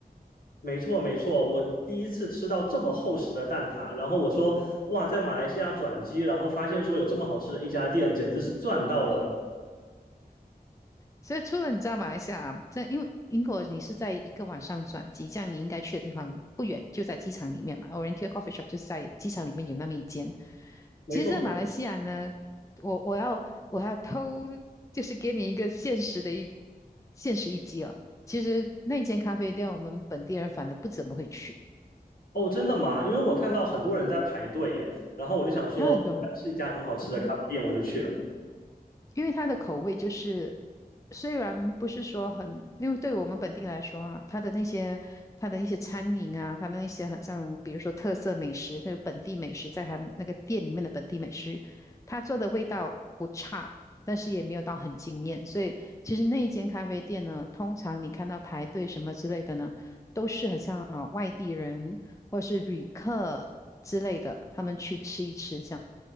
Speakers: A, on the left; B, on the left.
A: 没错没错，我第一次吃到这么厚实的蛋挞，然后我说哇，在马来西亚转机，然后发现说有这么好吃的一家店，简直是赚到了，
B: 所以除了你知道马来西亚啊，这因为英国你是在一个晚上转机，这样你应该去的地方不远，就在机场里面嘛。Oriental Coffee Shop 就是在机场里面有那么一间。
A: 没错
B: 其实，在马来西亚呢，我我要我要偷，就是给你一个现实的一现实一击哦。其实那间咖啡店我们本地人反而不怎么会去，
A: 哦，真的吗？因为我看到很多人在排队耶，然后我就想说是一家很好吃的咖啡店，
B: 还有很多人，嗯哼。
A: 我就去了。
B: 因为它的口味就是，虽然不是说很，因为对我们本地来说啊，它的那些它的一些餐饮啊，它的那些很像，比如说特色美食，那个本地美食，在它那个店里面的本地美食，它做的味道不差，但是也没有到很惊艳。所以其实那一间咖啡店呢，通常你看到排队什么之类的呢，都是很像啊、外地人或是旅客之类的，他们去吃一吃这样。